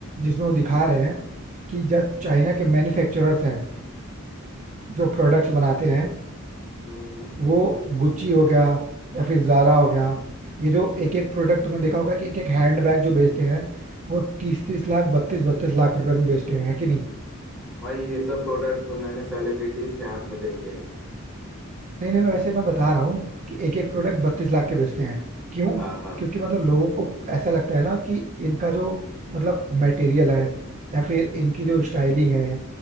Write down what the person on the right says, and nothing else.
जिसमें वो दिखा रहे हैं कि जब चाइना के मैन्युफैक्चरर्स हैं जो प्रोडक्ट्स बनाते हैं
वो गुच्ची हो गया या फिर जारा हो गया ये जो एक एक प्रोडक्ट तुमने देखा होगा कि एक एक हैंड बैग जो बेचते हैं वो तीस तीस लाख बत्तीस बत्तीस लाख रुपए में बेचते हैं है कि नहीं
नहीं नहीं मैं वैसे मैं बता रहा हूँ कि एक एक प्रोडक्ट बत्तीस लाख के बेचते हैं क्यों
क्योंकि मतलब लोगों को ऐसा लगता है ना कि इनका जो मतलब मटेरियल है या फिर इनकी जो स्टाइलिंग है